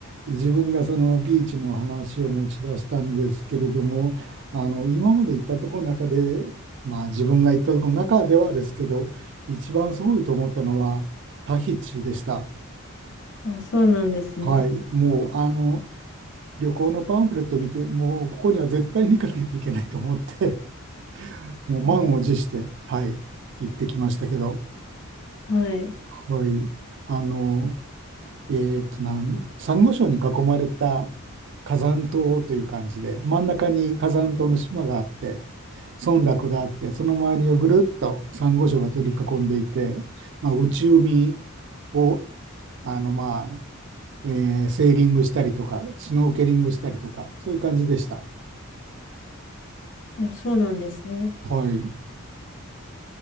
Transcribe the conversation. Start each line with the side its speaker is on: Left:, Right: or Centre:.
Right: 自分がそのビーチの話を持ち出したんですけれども、あの、今まで行ったところの中で、まあ自分が行ったところの中ではですけど、一番すごいと思ったのはタヒチでした。
Left: あ、そうなんですね。
Right: はい。もうあの、旅行のパンフレットを見て、もうここには絶対に行かないといけないと思って、<laughs> もう満を持して、
Left: うん、
Right: はい、行ってきましたけど、
Left: はい。
Right: はい。あの、えっとなん、サンゴ礁に囲まれた火山島という感じで、真ん中に火山島の島があって、村落があって、その周りをぐるっとサンゴ礁が取り囲んでいて、まあ、内海をあの、まあえーセーリングしたりとか、スノーケリングしたりとか、そういう感じでした。
Left: あ、そうなんですね。
Right: はい。